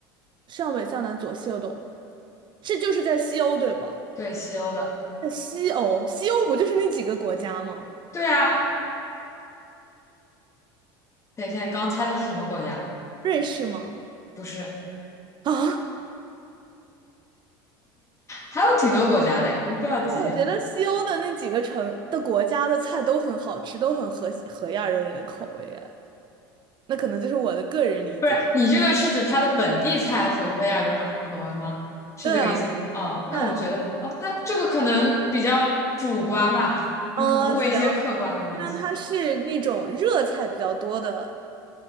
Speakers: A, on the right; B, on the left.
A: 上北下南左西右东。是就是在西欧对吧？
B: 对，西欧的。
A: 在西欧，西欧不就是那几个国家吗？
B: 对啊，等一下，你刚猜的是什么国家？
A: 瑞士吗？
B: 不是，
A: 啊，
B: 还有挺多国家的呀，你不要急。
A: 那我觉得西欧的那几个城的国家的菜都很好吃，都很合合亚洲人的口味耶。那可能就是我的个人理解了。
B: 不是，你这个是指它的本地菜合不合亚洲人口味吗？是这个意思？
A: 对啊，
B: 哦，那我觉得，
A: 对，
B: 哦，那这个可能比较主观吧，你可能问一些客观的问题，
A: 嗯、行，那它是那种热菜比较多的